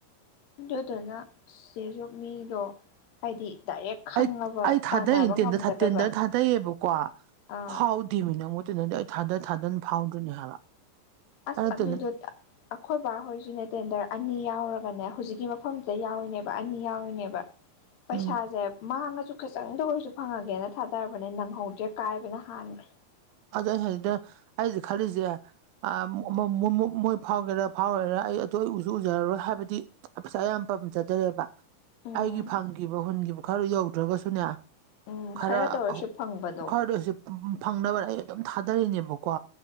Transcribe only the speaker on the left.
ꯑꯗꯨꯗꯨꯅ ꯆꯦꯖꯨ ꯃꯤꯗꯣ ꯍꯥꯏꯗꯤ ꯗꯥꯏꯔꯦꯛ ꯈꯪꯉꯕ
ꯇꯥꯟꯅꯕ
ꯉꯝꯒꯗꯕ
ꯑꯥ
ꯑꯁ
ꯑꯗꯨꯗꯣ
ꯇ ꯑꯈꯣꯏ ꯕꯥ ꯍꯣꯏꯁꯨꯅꯦ ꯇꯦꯟꯗꯔ ꯑꯅꯤ ꯌꯥꯎꯔꯒꯅꯦ ꯍꯧꯖꯤꯛꯀꯤ ꯃꯐꯝꯗꯨꯗ ꯌꯥꯎꯔꯤꯅꯦꯕ ꯑꯅꯤ ꯌꯥꯎꯔꯤꯅꯦꯕ ꯄꯩꯁꯥꯖꯦ
ꯃꯥꯡꯉꯁꯨ ꯈꯤꯇꯪꯗ ꯑꯣꯏꯔꯁꯨ ꯐꯪꯉꯒꯦꯅ ꯊꯥꯗꯔꯕꯅꯦ ꯅꯪꯍꯧꯗ꯭ꯔꯦ ꯀꯥꯏꯕꯅ ꯍꯥꯟꯒ꯭ꯔꯦ
ꯎꯝ
ꯎꯝ
ꯈꯔꯇ ꯑꯣꯏꯔꯁꯨ
ꯐꯪꯕꯗꯣ